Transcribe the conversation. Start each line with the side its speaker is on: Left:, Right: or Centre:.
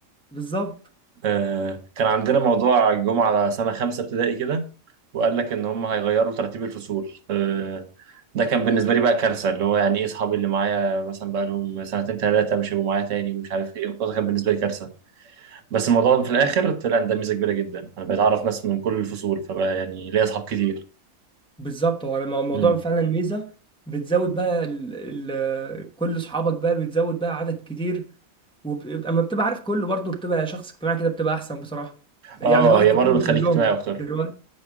Centre: بالظبط
Right: آه. كان عندنا موضوع الجمعة على سنة خمسة ابتدائي كده وقال لك ان هم هيغيروا ترتيب الفصول آه، ده كان بالنسبه لي بقى كارثه اللي هو يعني ايه اصحابي اللي معايا مثلا بقى لهم سنتين ثلاثه مش هيبقوا معايا تاني ومش عارف ايه الموضوع ده كان بالنسبه لي كارثه بس الموضوع في الاخر طلع ان ده ميزه كبيره جدا انا بقيت اعرف ناس من كل الفصول فبقى يعني ليا اصحاب كتير
Centre: بالظبط هو الم- الموضوع
Right: مم.
Centre: فعلا ميزه بتزود بقى ال... ال... كل اصحابك بقى بتزود بقى عدد كتير وب... اما بتبقى عارف كله برضه بتبقى شخص اجتماعي كده بتبقى احسن بصراحه يعني
Right: اه
Centre: الواحد
Right: هي
Centre: فاكرهم
Right: برضه بتخليك
Centre: كلهم
Right: اجتماعي اكتر
Centre: دلوقتي